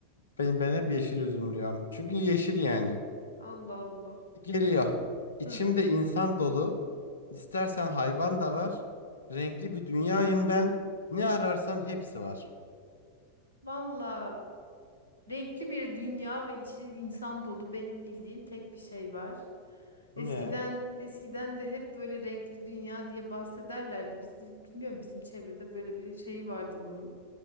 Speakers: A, on the left (about 70°); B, on the right (about 85°).
A: ben, ben hep yeşil üzüm diyorum. Çünkü yeşil yani.
B: Allah Allah.
A: Geliyor. İçimde
B: Hı.
A: insan dolu. İstersen hayvan da var. Renkli bir dünyayım ben. Ne ararsan hepsi var.
B: Valla renkli bir dünya ve içi insan dolu benim bildiğim tek bir şey var.
A: Ne?
B: Eskiden eskiden de hep böyle renkli dünya diye bahsederlerdi. Biz bilmiyorum bizim çevrede böyle bir şey vardı bunun.